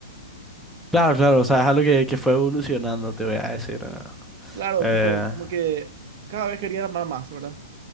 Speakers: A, in the centre; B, on the right.
A: Claro, claro, o sea, es algo que, que fue evolucionando, te voy a decir. ¿verdad?
B: Claro,
A: Eh,
B: tipo, como que cada vez quería armar más, ¿verdad?